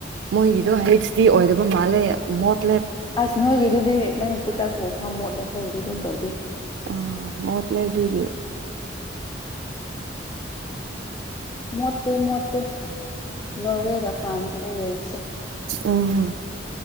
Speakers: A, on the right (about 70°); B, on the left (about 25°).
A: ꯃꯣꯏꯒꯤꯗꯣ ꯍꯩꯆ ꯗꯤ ꯑꯣꯏꯗꯕ ꯃꯥꯜꯂꯦ ꯃꯣꯠ
B: ꯑꯁ ꯅꯣꯏꯒꯤꯗꯨꯗꯤ ꯅꯪꯒꯤ ꯏꯁꯇꯦꯇꯁ ꯎꯐꯝꯃꯣꯠꯅꯦ ꯑꯩꯈꯣꯏꯒꯤꯗꯤ꯫ ꯗꯤ ꯑꯗꯨꯝ ꯇꯧꯗꯦ꯫
A: ꯑ ꯃꯣꯠ ꯂꯩ ꯑꯗꯨꯒꯤ꯫
B: ꯃꯣꯠꯇꯦ ꯃꯣꯠꯇꯦ ꯅꯣꯔꯋꯦꯒ ꯐ꯭ꯔꯥꯟꯁꯀꯗ ꯌꯦꯡꯁꯦ꯫
A: ꯎꯝ꯫